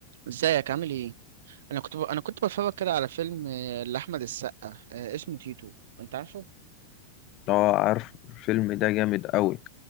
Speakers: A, on the right (about 60°); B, on the left (about 35°).
A: ازيك عامل ايه انا كنت ب... انا كنت بتفرج كده على فيلم آه، لاحمد السقا آه، اسمه تيتو انت عارفه
B: اه عارف الفيلم ده جامد قوي